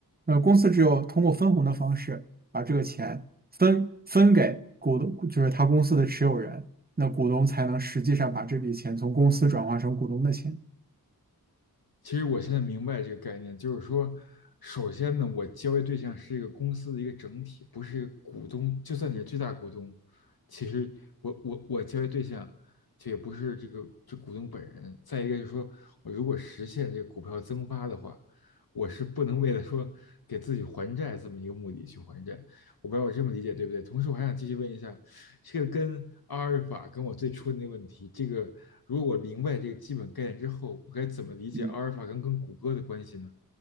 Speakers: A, on the right; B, on the left.
A: 那公司只有通过分红的方式把这个钱分分给股东，就是他公司的持有人，那股东才能实际上把这笔钱从公司转化成股东的钱。
B: 其实我现在明白这个概念，就是说，首先呢，我交易对象是一个公司的一个整体，不是一个股东。就算你是最大股东，其实我我我交易对象，就也不是这个这股东本人。再一个就是说，我如果实现这个股票增发的话，我是不能为了说给自己还债这么一个目的去还债，我不知道我这么理解对不对？同时，我还想继续问一下，这个跟阿尔法跟我最初的那个问题，这个如果我明白这个基本概念之后，我该怎么理解阿尔法跟跟谷歌的关系呢？
A: 嗯。